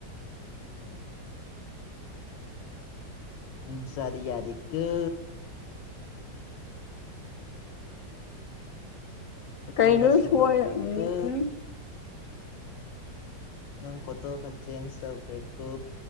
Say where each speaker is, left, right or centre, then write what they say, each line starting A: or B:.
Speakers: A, on the left; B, on the left.
A: ꯎꯝ ꯃꯤ ꯃꯆꯥꯗꯤ ꯌꯥꯗꯦꯒꯣ ꯐꯣꯇꯣꯒ
B: ꯀꯩꯩꯅꯣ
A: ꯁꯤꯟꯗꯣꯛꯈ꯭ꯔꯦꯀꯣ
B: ꯁꯣꯢ ꯑꯝ
A: ꯅꯪ ꯐꯣꯇꯣꯒ ꯆꯦꯟꯖ ꯇꯧꯈ꯭ꯔꯦꯀꯣ